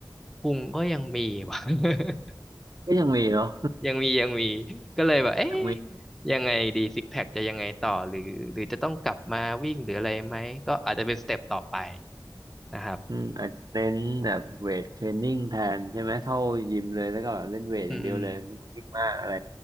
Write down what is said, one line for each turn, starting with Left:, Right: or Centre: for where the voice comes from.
Centre: พุงก็ยังมีว่ะ <laughs>
Right: ก็ยังมีเนาะ
Centre: ยังมียังมี <laughs> ก็เลยแบบเอ๊ะ
Right: <laughs> ยังมี
Centre: ยังไงดีซิกแพคจะยังไงต่อหรือหรือจะต้องกลับมาวิ่งหรืออะไรไหมก็อาจจะเป็นสเต็ปต่อไปนะครับ
Right: อืมอาจจะเน้นแบบเวทเทรนนิ่งแทนใช่ไหมเข้ายิมเลยแล้วก็แบบเล่นเวทอย่างเดียวเลยไม่ต้องวิ่งมากอะไร
Centre: อืม